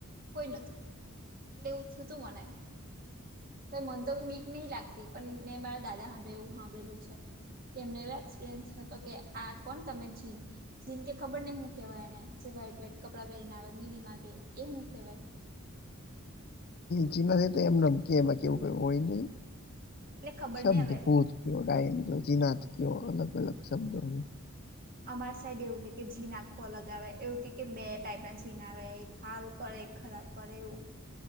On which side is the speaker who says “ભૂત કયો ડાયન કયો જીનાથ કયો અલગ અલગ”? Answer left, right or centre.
Left